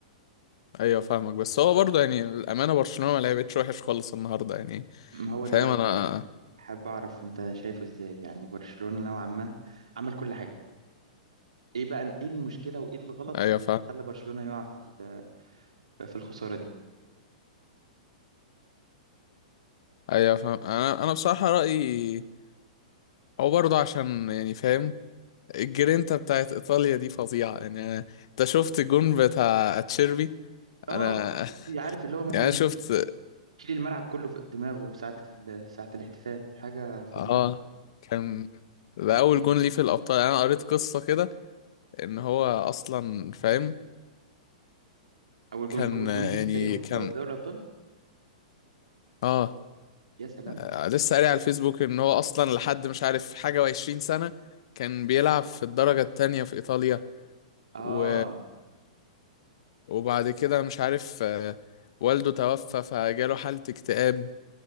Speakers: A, on the left; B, on the right.
A: ايوه فاهمك بس هو برضه يعني الامانه برشلونه ما لعبتش وحش خالص النهارده يعني
B: ما هو
A: فاهم
B: ده بقى
A: انا
B: حابب اعرف انت شايفه ازاي يعني برشلونة نوعا ما عمل كل حاجة ايه بقى ايه المشكلة وايه الغلط
A: ايوه فاهم
B: اللي خلى برشلونة يقع في ال- في الخسارة دي
A: ايوه فاهم انا انا بصراحه رايي هو برضه عشان يعني فاهم الجرينتا بتاعت ايطاليا دي فظيعه يعني أنا- انت شفت الجون بتاع اتشيربي
B: اه
A: انا
B: تشيلبي
A: <laughs>
B: عارف اللي هو ممكن
A: يعني أنا
B: ياخد
A: شفت
B: يشيل الملعب كله في دماغه في ساعة ال- ساعة الاحتفال حاجة فظيعة
A: اه كان ده اول جون ليه في الابطال يعني انا قريت قصه كده ان هو اصلا فاهم
B: اول
A: كان
B: جون اول
A: يعني
B: جون ليه في تاريخه
A: كان
B: في دوري الابطال
A: اه
B: يا سلام
A: آه، لسه قاري على الفيسبوك ان هو اصلا لحد مش عارف حاجه وعشرين سنه كان بيلعب في الدرجه التانية في ايطاليا
B: اه
A: و وبعد كده مش عارف آه، والده توفى فجاله حالة اكتئاب